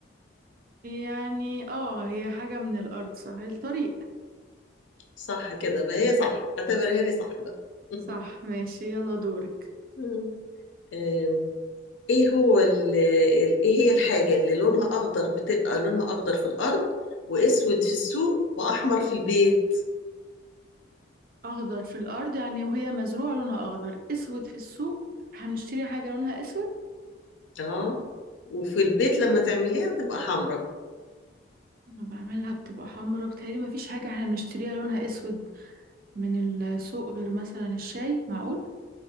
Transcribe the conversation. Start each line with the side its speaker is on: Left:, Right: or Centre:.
Right: يعني اه هي حاجه من الارض صح الطريق
Left: صح كده بقى هي صح اعتبرها لي صح بقى <laughs>
Right: صح ماشي يلا دورك
Left: مم. آم، ايه هو ال- ال- ايه هي الحاجة اللي لونها أخضر بتبقى لونها أخضر في الأرض وأسود في السوق وأحمر في البيت
Right: اخضر في الارض يعني وهي مزروعه لونها اخضر اسود في السوق هنشتري حاجه لونها اسود
Left: اه وفي البيت لما تعمليها تبقى حمراء
Right: انا بعملها بتبقى حمرا بتهيألي ما فيش حاجة احنا بنشتريها لونها اسود من السوق غير مثلا الشاي معقول